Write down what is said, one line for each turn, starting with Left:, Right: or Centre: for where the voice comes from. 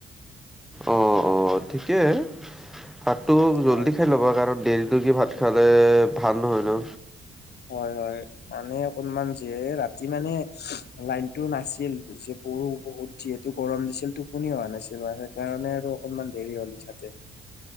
Centre: অ', অ' ঠিকে ভাতটো
Left: হয়
Centre: জল্দি খাই ল'বা কাৰণ দেৰিলৈকে ভাত খালে ভাল নহয় ন।
Left: হয় হয়। মানে অকনমান যে ৰাতি মানে লাইনটো নাছিল যে গৰম বহুত যিহেতু গৰম দিছিলটো টোপনি অহা নাছিল সেইকাৰণে আৰু অকনমান দেৰি হ'ল উঠোতে।